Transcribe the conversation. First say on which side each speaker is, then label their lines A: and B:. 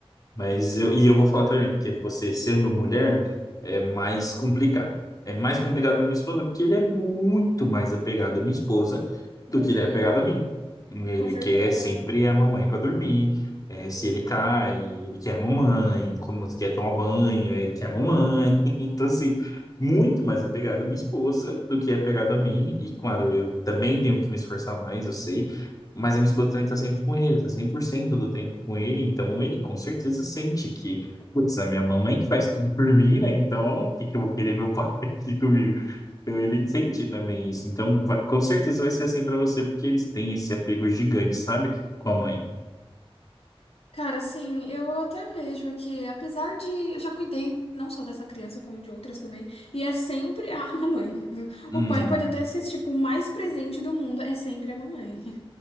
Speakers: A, on the left; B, on the left.
A: Mas eu, e eu vou falar também, porque você sendo mulher é mais complicado. É mais complicado para minha esposa, porque ele é muito mais apegado à minha esposa do
B: Uhum,
A: que ele é apegado a mim. Ele
B: com certeza.
A: quer sempre a mamãe para dormir. É, se ele cai, ele quer a mamãe. Quando quer tomar banho, ele quer a mamãe. <laughs> Então, assim, muito mais apegado à minha esposa do que é apegado a mim. E, claro, eu também tenho que me esforçar mais, eu sei. Mas a minha esposa também tá sempre com ele, tá 100% do tempo com ele, então ele com certeza sente que, putz, é a minha mamãe que faz tudo por mim, né? Então, o que que eu vou querer meu pai <laughs> aqui comigo? Então ele sente também isso. Então, vai- com certeza vai ser assim pra você, porque eles têm esse apego gigante, sabe? Com a mãe.
B: Cara, assim, eu até vejo aqui, apesar de. Eu já cuidei não só dessa criança, como de outras também, e é sempre a <laughs> mamãe.
A: Hum,
B: O pai pode
A: é,
B: até ser, tipo, o mais presente do mundo, é sempre a mamãe.